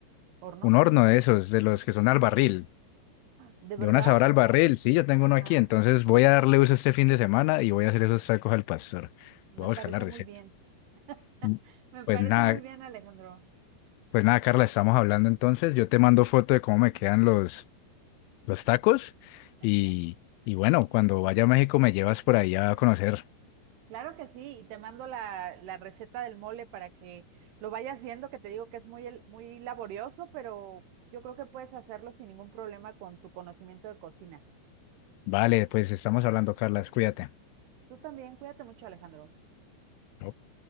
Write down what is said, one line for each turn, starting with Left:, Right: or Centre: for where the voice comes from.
Right: horno
Left: Un horno
Right: o...
Left: de esos, de los que son al barril,
Right: ¿De
Left: de
Right: verdad?
Left: una sabor al barril. Sí, yo tengo
Right: Ajá,
Left: uno aquí, entonces voy a darle uso este fin de semana y voy a hacer esos tacos al pastor.
Right: me
Left: Voy a buscar
Right: parece
Left: la receta.
Right: muy bien. <laughs>
Left: Mm.
Right: Me
Left: Pues
Right: parece
Left: nada,
Right: muy bien, Alejandro.
Left: pues nada, Carla, estamos hablando entonces. Yo te mando foto de cómo me quedan los, los tacos
Right: Ajá.
Left: y, y bueno, cuando vaya a México me llevas por ahí a conocer.
Right: Claro que sí, y te mando la, la receta del mole para que lo vayas viendo, que te digo que es muy, el- muy laborioso, pero yo creo que puedes hacerlo sin ningún problema con tu conocimiento de cocina.
Left: Vale, pues estamos hablando, Carla, cuídate.
Right: Tú también, cuídate mucho, Alejandro.
Left: Ok.